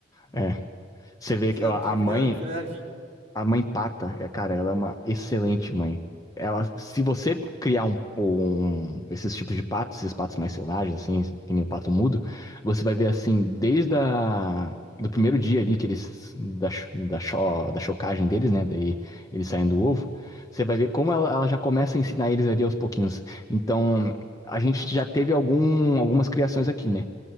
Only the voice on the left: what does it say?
É. Você vê
que
ó, a
mãe,
a mãe Pata, é, cara, ela é uma excelente mãe. Ela, se você criar um, um- esses tipos de patos, esses patos mais selvagens, assim, que nem o pato mudo, você vai ver assim, desde a, do primeiro dia ali que eles da, cho- da, cho- da chocagem deles, né, daí eles saem do ovo, você vai ver como ela, ela já começa a ensinar eles ali aos pouquinhos. Então, a gente já teve algum, algumas criações aqui, né?